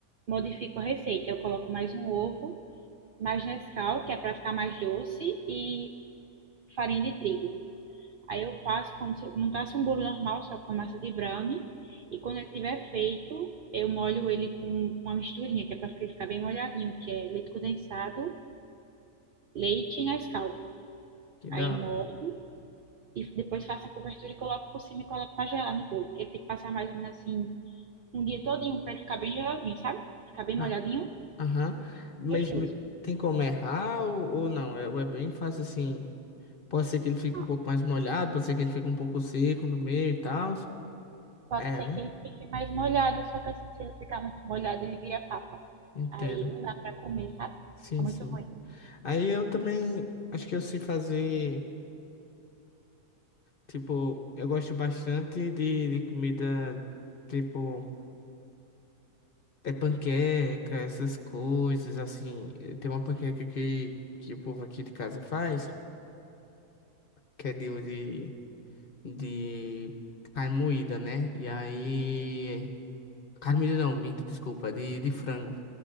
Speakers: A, on the right; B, on the left.
A: modifico a receita. Eu coloco mais um ovo, mais Nescau, que é pra ficar mais doce, e farinha de trigo. Aí eu faço como se eu montasse um bolo normal, só com a massa de brownie. E quando ele tiver feito, eu molho ele com uma misturinha, que é pra ele ficar bem molhadinho, que é leite condensado leite e Nescau.
B: Que da
A: Aí
B: hora.
A: molho e depois faço a cobertura e coloco por cima e coloco pra gelar no bolo. Ele tem que passar mais ou menos assim um dia todinho pra ele ficar bem geladinho, sabe? Ficar bem molhadinho,
B: Ah, Aham. Mas
A: gostoso.
B: me- tem como errar ou, ou não? É, ou é bem fácil assim. Pode ser que ele fique
A: Ah,
B: um pouco mais molhado, pode ser que ele fique um pouco seco no meio e tal.
A: Pode
B: É,
A: ser
B: né?
A: que ele fique mais molhado, só que assim, se ele ficar muito molhado, ele vira papa.
B: Entendo.
A: Aí não dá pra comer, sabe?
B: Sim,
A: Fica muito
B: sim.
A: ruim.
B: Aí eu também acho que eu sei fazer. Tipo, eu gosto bastante de, de comida. Tipo, é panqueca, essas coisas assim. Eh, Tem uma panqueca que, que o povo aqui de casa faz, que é de de carne moída, né? E aí. Carne moída não, minta, desculpa, de, de frango.